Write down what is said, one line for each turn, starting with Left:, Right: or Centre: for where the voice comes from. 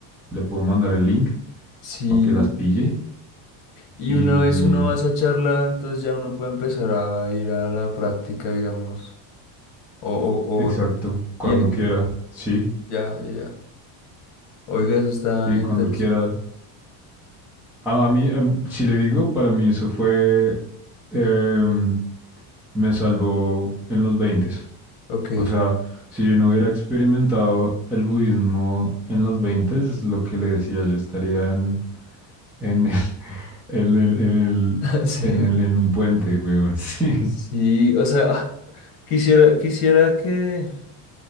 Centre: le puedo mandar el link
Left: sí.
Centre: para que las pille
Left: Y
Centre: y
Left: una vez uno va a esa charla, entonces ya uno puede empezar a ir a la práctica, digamos. O, o,
Centre: exacto,
Left: o,
Centre: cuando
Left: y hay-
Centre: quiera, sí,
Left: ya, ya, ya. Oiga, eso está
Centre: sí,
Left: interesante.
Centre: cuando quiera. A, a mí, a mí, si le digo, para mí eso fue, em, me salvó en los veinte.
Left: Ok.
Centre: O sea, si yo no hubiera experimentado el budismo en los veinte es lo que le decía, yo estaría en, en, el- <laughs> en, el- en, el-
Left: <laughs> Sí.
Centre: en, el- en un puente, weón. <laughs> Sí,
Left: Sí, o sea, ah, quisiera, quisiera que,